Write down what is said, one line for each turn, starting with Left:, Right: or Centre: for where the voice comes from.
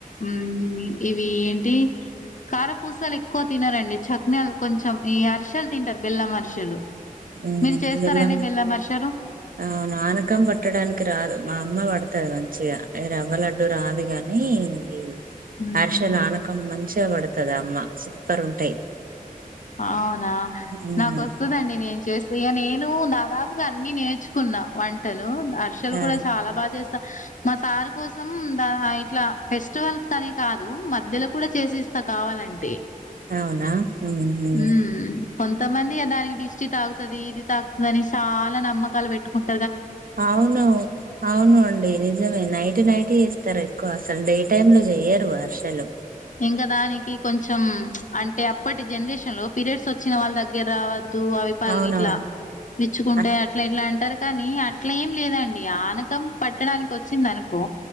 Left: మ్మ్ ఇవి ఏంటి కారపూసలు ఎక్కువ తినారండి చక్నలు కొంచెం ఈ అరీసెలు తింటారు బెల్లం అరిసెలు
Right: మ్మ్
Left: మీరు చేస్తారండి
Right: బెల్లం
Left: అరిసెలు
Right: ఆ నానకం పట్టడానికి రాదు మా అమ్మ పడుత తది మంచిగా ఈ రవ్వ లడ్డు రాదు గాని ఇది
Left: ఉహు
Right: అర్షల్ ఆనకం మంచిగా పడుతది అమ్మ సూపర్ ఉంటాయి
Left: అవునా
Right: ఉమ్
Left: నాకు వస్తుందండి నేను చేస్త ఇక నేను దాదాపుగా అన్ని నేర్చుకున్నా వంటలు అర్షలు
Right: ఆ
Left: కూడా చాలా బాగా చేస్త మా సారు కోసం ద ఇట్లా ఫెస్టివల్స్ అనే కాదు మధ్యలో కూడా చేసేస్ అస కావాలంటే
Right: అవునా మ్మ్ హ్మ్
Left: ఉమ్ కొంతమంది దానికి డిస్టి తాగుతది ఇది తాగుతది అని చాలా నమ్మకాలు పెట్టుకుంట
Right: అవును అవును అండి నిజమే నైట్ నైట్ ఇస్తారు ఎక్కువ అసలు డే టైం లో చెయ్యరు అరిసెలు
Left: ఇంకా దానికి కొంచెం అంటే అప్పటి జనరేషన్ లో పీరియడ్స్ వచ్చిన వాళ్ళ దగ్గర రావద్దు అవి పగ
Right: అవునవును
Left: ఇట్లా మెచ్చుకుంటే
Right: అట్
Left: అట్లా ఇట్లా అంటారు కానీ అట్ల ఏం లేదండి ఆనకం పట్టడానికి వచ్చింది అనుకో